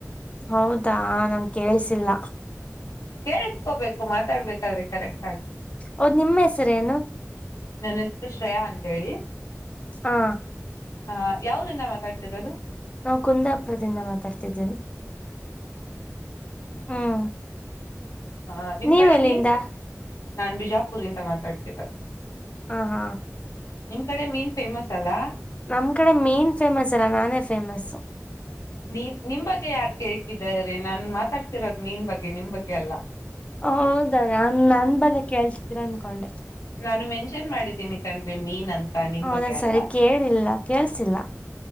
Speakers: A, on the left (about 25°); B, on the left (about 85°).
A: ಹೌದಾ ನನಗೆ ಕೇೇಳಸಿಲ್ಲ
B: ಕೇಳಸ್ಕೋಬೇಕು ಮಾತಾಡ್ಬೇಕಾದ್ರೆ ಕರೆಕ್ಟ್ ಹಾಗಿ
A: ಹೌದ್ ನಿಮ್ಮ ಹೆಸರೇನು
B: ನನ್ನ ಹೆಸರು ಶ್ರೇಯ ಅಂತ ಹೇಳಿ
A: ಹಾ
B: ಹ ಯಾವ ಊರುರಿಂದ ಮಾತಾಡ್ತಿರೋದು
A: ನಾವು ಕುಂದಾಪುರದಿಂದ ಮಾತಾಡ್ತಿದ್ದೇವಿ ಹ್ಮ್
B: ಹ ಹಾ ನಿಮ್
A: ನೀವ್
B: ಕಡೆ
A: ಎಲ್ಲಿಂದ
B: ಮೀನ್ ಫೇಮಸ್ ನಾನ್ ಬಿಜಾಪುರದಿಂದ ಮಾತಾಡ್ತಿರೋದು
A: ಹ ಹಾ
B: ನಿಮ್ ಕಡೆ ಮೀನ್ ಫೇಮಸ್ ಅಲ್ಲಾ
A: ನಮ್ ಕಡೆ ಮೀನ್ ಫೇಮಸ್ ಅಲ್ಲ ನಾನೇ ಫೇಮಸ್
B: ನೀ ನಿಮ್ ಬಗ್ಗೆ ಯಾರ್ ಕೇಳ್ತಿದ್ದಾರೆ ನಾನ್ ಮಾತಾಡ್ತಿರೋದು ಮೀನ್ ಬಗ್ಗೆ ನಿಮ್ ಬಗ್ಗೆ ಅಲ್ಲ
A: ಹೌದ ನನ್ ನನ್ ಬಗ್ಗೆ ಕೇಳ್ತಿದೀರ ಅನ್ಕೊಂಡೆ
B: ನಾನು ಮೆನ್ಷನ್ ಮಾಡಿದ್ದೀನಿ ಕಣ್ರಿ ಮೀನ್ ಅಂತ ನಿಮ್
A: ಹೌದನ್
B: ಬಗ್ಗೆ ಅಲ್ಲ
A: ಸರಿ ಕೇಳಿಲ್ಲ ಕೇಳ್ಸಿಲ್ಲ